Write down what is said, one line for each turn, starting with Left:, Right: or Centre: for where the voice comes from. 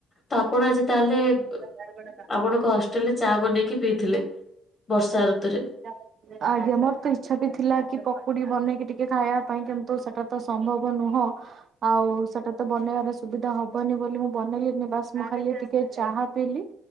Left: ତ ଆପଣ ଆଜି ତାଏଲେ <unintelligible>
Right: <unintelligible>
Left: ଆପଣ କ ହଷ୍ଟେଲ୍ ରେ ଚା ବନେଇକି ପିଇଥିଲେ ବର୍ଷା ଋତୁରେ।
Right: <unintelligible> ଆଜ୍ଞା ମୋର ତ ଇଚ୍ଛା ବି ଥିଲା କି ପକୁଡି ବନେଇକି ଟିକେ ଖାଇବା ପାଇଁ କିନ୍ତୁ ସେଟା ତ ସମ୍ଭବ ନୁହଁ। ଆଉ ସେଟା ତ ବନେଇଆରେ ସୁବିଧା ହବନି ବୋଲି ମୁଁ ବନେଇଲିନି ବାସ୍ ମୁଁ ଖାଲି ଟିକେ ଚାହା ପିଇଲି।